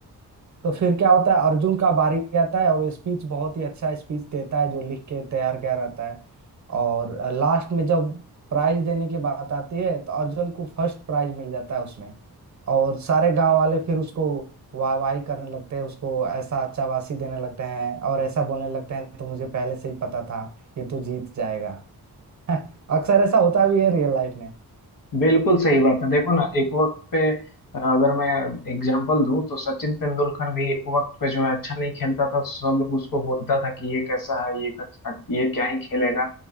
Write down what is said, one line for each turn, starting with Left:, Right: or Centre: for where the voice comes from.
Right: तो फिर क्या होता है अर्जुन का बारी आता है और वो स्पीच बहुत ही अच्छा स्पीच देता है जो लिख के तैयार किया रहता है और लास्ट में जब प्राइज देने की बात आती है तो अर्जुन को फर्स्ट प्राइज मिल जाता है उसमें और सारे गांव वाले फिर उसको वाहवाही करने लगते हैं उसको ऐसा चाबासी देने लगते हैं और ऐसा बोलने लगते हैं तो मुझे पहले से ही पता था ये तो जीत जाएगा <laughs> अक्सर ऐसा होता भी है रियल लाइफ में।
Left: बिल्कुल सही बात है देखो ना एक वक्त पे अ, अगर मैं एग्जांपल दूं तो सचिन तेंदुलकर भी एक वक्त पे जो है अच्छा नहीं खेलता था सब लोग उसको बोलता था कि ये कैसा है ये कैसा ये क्या ही खेलेगा